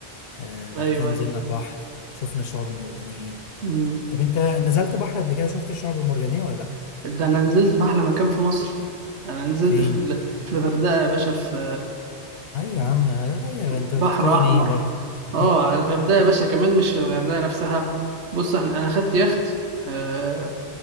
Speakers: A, on the left (about 65°); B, on the right (about 80°).
A: آه، بعد
B: ايوه
A: كده نزلنا
B: ايوه
A: البحر شفنا الشعاب المرجانية
B: امم
A: طب انت نزلت بحر قبل كده شفت الشعاب المرجانية ولا لأ؟
B: ده انا نزلت في احلى مكان في مصر انا نزلت
A: فين؟
B: في ال- في الغردقة يا باشا في
A: ايوه يا عم غير انت
B: بحر
A: بتقارن
B: احمر
A: ايه برضه <laughs>
B: اه على الغردقه يا باشا كمان مش في الغردقه نفسها بص احنا انا خدت يخت آه،